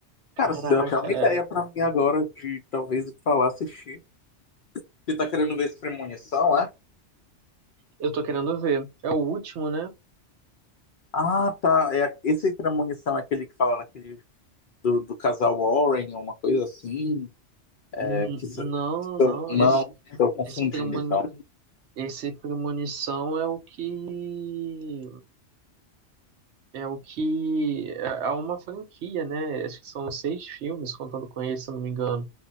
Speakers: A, on the right; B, on the left.
A: Caraca,
B: Cara, você deu até uma
A: é.
B: ideia pra mim agora de talvez ir pra lá assistir. Você tá querendo ver esse Premonição, é?
A: Eu tô querendo ver. É o último, né?
B: Ah, tá. É, a- esse Premonição é aquele que fala daquele do, do casal Warren, ou uma coisa assim.
A: Hum,
B: É, que, são-
A: Não, não.
B: são- não,
A: Esse,
B: estou confundindo
A: esse, premoni,
B: então.
A: esse premonição é o que. É o que. É, é uma franquia, né? Acho que são seis filmes, contando com esse, se eu não me engano.